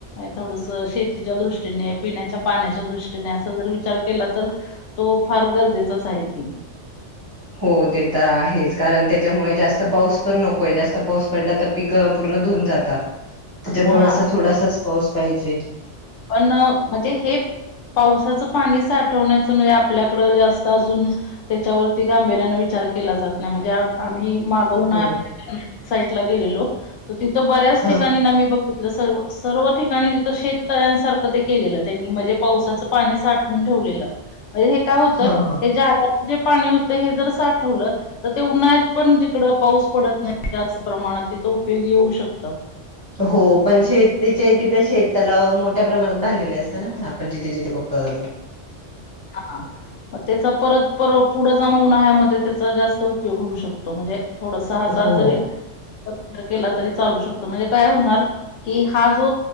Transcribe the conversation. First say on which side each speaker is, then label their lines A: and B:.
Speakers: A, on the left (about 75°); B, on the right (about 25°).
A: थोडस शेतीच्या दृष्टीने पिण्याच्या पाण्याच्या दृष्टीने अस जर विचार केला तर, तो फार गरजेचाच आहे की.
B: हो ते तर आहेच कारण त्याच्यामुळे जास्त पाऊस पण नकोय जास्त पाऊस पडला तर पिक पूर्ण धुऊून जाता त्याच्यामुळ
A: हा
B: असा थोडासाच पाऊस पाहिजे.
A: अन म्हणजे हे पावसाचं पाणी साठवण्याचं म्हणजे, आपल्याकडं जास्त अजून त्याच्यावरती गांभीर्याने विचार केला जा ना म्हणजे आम्ही माग उन्हाळ्यामध्ये
B: हो
A: कर्नाटक साईटला गेलेलो. तिथं बऱ्याच
B: हा
A: ठिकाणी ना मी बघितलं सर्व सर्व ठिकाणी तिथं शेत तळ्यांसारखं ते केलेलं त्यांनी, म्हणजे पावसाचं पाणी साठवून ठेवलेलं. म्हणजे हे काय होतं,
B: हा हा
A: हे ज्यादाच जे पाणी होतं हे जर साठवलं, तर ते उन्हाळ्यात पण जिकडं पाऊस पडत नाही जास्त प्रमाणात, तिथं उपयोगी येऊ शकत.
B: हो, पण शेतीचे तिथे शेत तलाव मोठ्या प्रमाणात बांधलेले असतात ना, आपण जिथे जिथे बघतो
A: <inaudible> आ हा मग त्याचा परत पर पुढं जाऊन, उन्हाळ्यामध्ये त्याचा जास्त उपयोग होऊ शकतो. म्हणजे थोडसा असा
B: हो
A: जरी विचार केला, तरी चालू शकतो. म्हणजे काय होणार कि हा जो